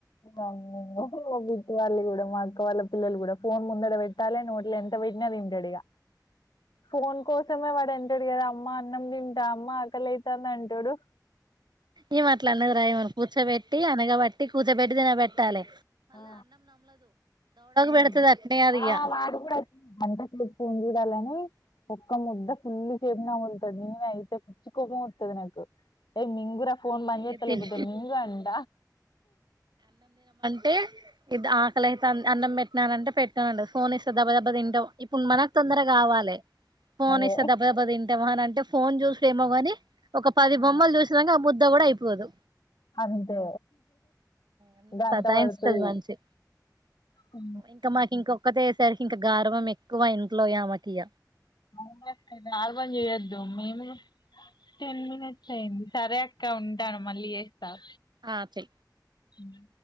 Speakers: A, on the left; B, on the right.
A: వామ్మో ఓహో బిట్ వాళ్ళు కూడా మా అక్క వాళ్ళ పిల్లలు కూడా ఫోన్ ముందర పెట్టాలే నోట్ల ఎంత పెట్టినా తింటడిగ ఫోన్ కోసమే వాడు ఎం సుడిగడు కదా అమ్మ అన్నం తింటా అమ్మ ఆకలైతంది అంటడు
B: ఏం అట్లా అన్నర ఈమెను కూర్చోబెట్ ట్టి అనగబట్టి కూర్చోబెటి తినబెట్టాలే
A: ఆ ఊ
B: పెడతది అట్నే అది ఇగ
A: ఆ వాడు గూడ అచ్చిండు అంత చెపింది వాళ్లని ఒక్క ముద్ద ఫుల్ సేపు నముల్తది నేనే అయితే పిచ్చికోపమతది నాకు ఏయ్ మింగుర ఫోన్ బంజేత
B: ఇగ తిన్
A: లేకపోతే మింగ్ అంట
B: టే ఇది ఆకలయితంది అన్నం పెట్టినానంటే పెట్టనంటది ఫోన్ ఇస్తే దబ దబ తింటవ్ ఇప్పుడు మనక్ తొందరగా కావాలి ఫోనిస్తే
A: అదే.
B: దబ దబ తిం ఏమనంటే ఫోన్ చూసు ఏమో గాని ఒక పది
A: ఆ!
B: బొమ్మలు చూసినాక ఆ బుద్ ద కూడా అయిపోదు
A: అంతే
B: ఎంత
A: గంట
B: సతాయిస్తది
A: వడతది
B: మనిషి
A: ఊ
B: ఇంకా మాకు ఇంకొక్కతే సరికి ఇంకా గార్వం ఎక్కువ ఇంట్లో ఆమకిగ
A: అవునక్క గార్బం చేయొద్దు మేము టెన్ మినట్స్ అయింది సరె అక్క ఉంటాను మళ్ళీ ఎస్ ట
B: ఆ చెయ్
A: మ్